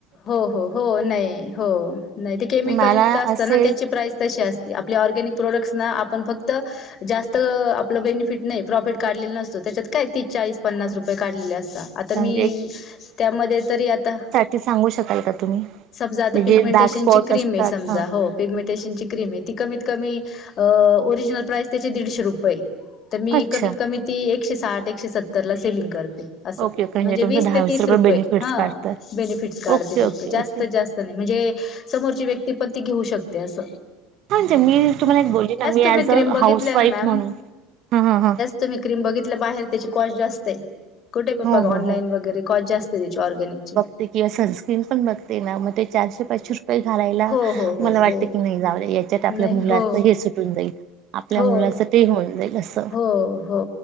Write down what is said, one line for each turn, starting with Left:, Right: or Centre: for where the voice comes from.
Left: हो हो हो, नाही. हो नाही ते केमिकलयुक्त
Right: मला
Left: असत
Right: असेल
Left: ना, त्याची प्राईज तशी असते. आपल्या ऑरगॅनिक प्रोडक्ट्सना आपण फक्त जास्त आपलं बेनिफिट नाही, प्रॉफिट काढलेलं नसतो. त्याच्यात काय तीस, चाळीस, पन्नास रुपये काढलेले असतात.
Right: अच्छा
Left: आता मी,
Right: म्हणजे
Left: त्यामध्ये तरी आता,
Right: ते सांगू शकाल का तुम्ही?
Left: समजा आता
Right: म्हणजे
Left: पिगमेंटेशनची
Right: जे डार्क स्पॉट
Left: क्रीमे
Right: असतात
Left: समजा,
Right: हा
Left: हो पिगमेंटेशनची क्रीमे, ती कमीत कमी ओरिजनल प्राइस त्याचे दीडशे रुपयेय, त मी
Right: अच्छा
Left: कमीत कमी, ती एकशे साठ, एकशे सत्तर ला सेलिंग करते. असं
Right: ओके ओके
Left: म्हणजे
Right: तुमचं
Left: वीस
Right: दहा
Left: ते, तीस रुपये,
Right: बेनिफिट्स
Left: हा,
Right: काढतात.
Left: बेनिफिट काढते
Right: ओके
Left: फक्त
Right: ओके
Left: जास्त
Right: ओके
Left: जास्त नाही, म्हणजे समोरची व्यक्ती पण ती घेऊ शकते अस.
Right: म्हजे मी तुम्हाला एक बोलली ना, मी
Left: तुम्ही
Right: ऑज
Left: क्रीम बघितल्या
Right: हाऊस वाईफ
Left: ना मॅम
Right: म्हणून, ह ह ह.
Left: तुम्ही क्रीम बघितलं, बाहेर त्याची कॉस्ट जास्तये. कुठे पण
Right: हो
Left: बघा,
Right: हो
Left: ऑनलाईन
Right: हो
Left: वगैरे, कॉस्ट जास्तये त्याची, ऑर्गनिकची.
Right: ते किंवा सनस्क्रीन पण बघते ना, मग ते चारशे पाचशे रुपये घालायला,
Left: हो हो हो
Right: मला वाटत
Left: हो
Right: की नाही जाऊद्मा, याच्यात आपल्या
Left: नाही
Right: मुलाच
Left: हो
Right: हे सुटून जाईल, आपल्या
Left: हो
Right: मुलाच ते होऊन जाईल अस.
Left: हो हो.